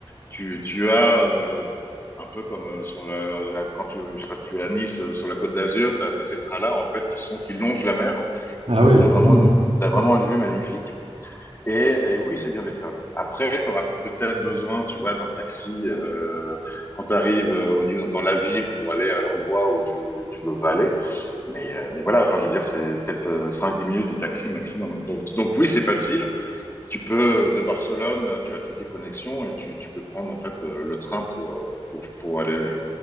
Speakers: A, on the left; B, on the right.
A: tu, tu as, euh, un peu comme euh, sur la, la- quand tu, je sais pas si tu es à Nice, euh, sur la Côte d'Azur, tu as, ces trains-là, en fait, qui sont, qui longent la mer.
B: Ah
A: Et donc,
B: ouais.
A: tu as vraiment
B: hmm,
A: une, t'as
B: ouais.
A: vraiment une vue magnifique. Et, et oui, c'est bien desservi. Après, tu auras peut-être besoin, tu vois, d'un taxi euh, quand tu arrives au, niveau- dans la ville pour aller à l'endroit où tu, tu dois aller. Mais, euh, mais voilà, enfin, je veux dire, c'est peut-être euh, 5-10 minutes de taxi maximum. Donc, donc oui, c'est facile tu peux, euh, de Barcelone, tu as toutes les connexions et tu, tu peux prendre en fait euh, le train pour, euh, pour, pour aller,